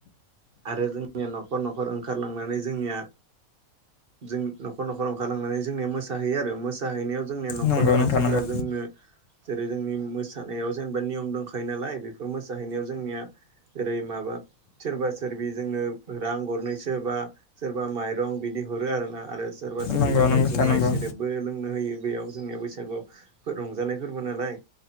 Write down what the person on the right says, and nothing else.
आरो जोंनिया न'खर न'खर ओंखारलांनानै जोंनिया जों न'खर न'खर ओंखारलांनानै जोंनिया मोसाहैयो आरो मो जाहैनायाव जोंनिया न'खरनि
मानसिफोरा
जोंनो जेरै जोंनि मोसानायाव जेनेबा नियम दंखायो नालाय बेफोर मोसाहैनायाव जोंनिया जेरै माबा सोरबा सोरबि जोंनो रां गरनैसो बा सोरबा माइरं बिदि हरो आरोना आरो सोरबा जोंनो
जुमाय
सेरेबबो लों नो होयो बेयाव जोंनिया बैसागु रंजानाय फोरबो नालाय